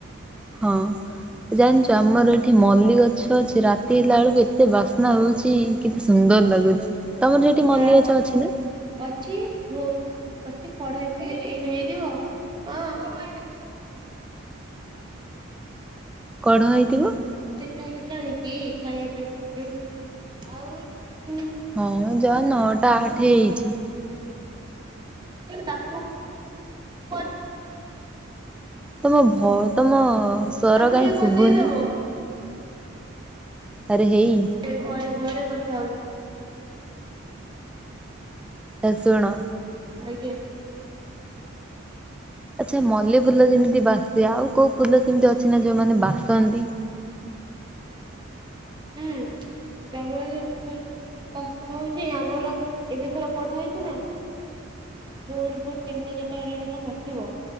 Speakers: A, in the centre; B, on the right.
A: ହଁ ଜାଣିଛ ଆମର ଏଠି ମଲ୍ଲ ଗଛ ଅଛି ରାତି ହେଲା ବେଳକୁ ଏତେ ବାସ୍ନା ହଉଛି କେତେ ସୁନ୍ଦର ଲାଗୁଛି। ତମର ସେଠି
B: ଯାହା
A: ମଲ୍ଲି ଗଛ
B: ହଉ
A: ଅଛି ନା
B: ଅଛି ଭୁ ଅଛି କଢ ଏତେ ଏଇନା ହେଇଥିବ ହଁ
A: କଢ ହେଇଥିବ।
B: <unintelligible> ହେଲାଣି କି ଖାଇବା ପାଇଁ ପାଇଲୁ ଆଉ।
A: ହଁ ଯାଅ ନଅଟା ଆଠ ହେଇଛି।
B: <inaudible>
A: ତମ ବହୁ ତମ ସ୍ଵର
B: ତାକୁ ଟିକେ
A: କାହିଁ
B: କହିଦେଇଦବ।
A: ଶୁଭୁନି। ଆରେ ହେଇ
B: ଏ ଘରେ ଘରେ କଥା ହଉଛି। <inaudible>
A: ହେ ଶୁଣ।
B: ଆଜ୍ଞା।
A: ଆଚ୍ଛା ମଲ୍ଲି ଫୁଲ ଯେମିତି ବାସେ ଆଉ କୋଉ ଫୁଲ ସେମିତି ଅଛି ନା ଯୋଉମାନେ ବାସନ୍ତି?
B: ହୁଁ ତମର ବାସ୍ନା ହଉଛି ଆମର ଏବେଥରେ କଢ ହେଇଛି ନା ଭୋର ଭୋର ତିନିଟା ଚାରିଟା ହେଲା ବେଳକୁ ଆଉ ନଥିବ